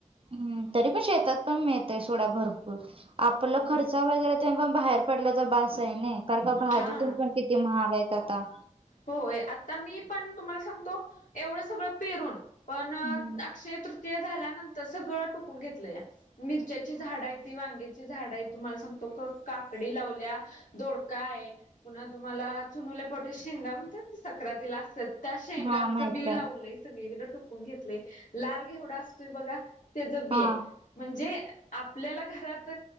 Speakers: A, on the right; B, on the left.
A: हम्. तरी पण शेतात पण मिळतंय सोडा, भरपूर आपला
B: हम्म
A: खर्चा वगैरे. तरी पण बाहेर पडल्याचा बास आहे नाही, कारण का भाजी
B: हा
A: तेन पण किती महाग आहेत आता.
B: होय आता मी पण तुम्हाला सांगतो, एवढं सगळं पेरून पण
A: हम्म
B: अक्षय तृ ते झाल्यानंतर सगळं, टुकून घेतलं या. मिरच्यांची झाड आहे ती, वांग्याची झाड आहेत. तुम्हाला सांगतो. काकडी लावल्या दोड काय पुन्हा तुम्हाला चुनुले पावट्याच्या शेंगा म्हणतात ते सक्रातील असतात त्या शेंगांचं
A: हा माहित
B: बी
A: आहे
B: लावलंय सगळीकड, टोकून घेतलंय लाल घेवडा असतोय बघा. तेज बी
A: हा
B: आहे. म्हणजे आपल्याला घरात